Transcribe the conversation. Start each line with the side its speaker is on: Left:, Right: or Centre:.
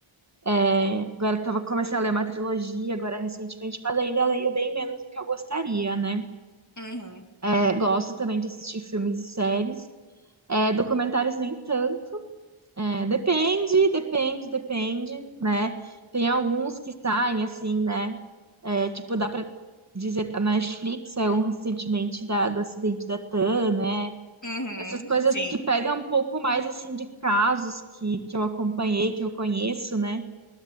Right: É, agora eu tava, comecei a ler uma trilogia, agora recentemente, mas ainda leio bem menos do que eu gostaria, né?
Left: uhum,
Right: É, gosto também de assistir filmes e séries. É, documentários nem tanto. É, depende, depende, depende, né? Tem alguns que saem assim, né? É, tipo, dá pra dizer, a Netflix é um recentemente da, do acidente da TAM, né?
Left: uhum,
Right: Essas coisas
Left: sim.
Right: que pegam um pouco mais assim de casos que, que eu acompanhei, que eu conheço, né?